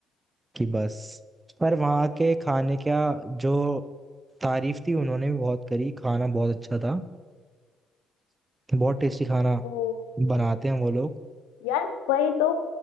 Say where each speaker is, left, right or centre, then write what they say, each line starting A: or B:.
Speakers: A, on the right; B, on the left.
A: कि बस पर वहाँ के खाने का जो तारीफ थी उन्होंने भी बहुत करी खाना बहुत अच्छा था बहुत टेस्टी खाना
B: ओह
A: बनाते हैं वो लोग
B: यार वही तो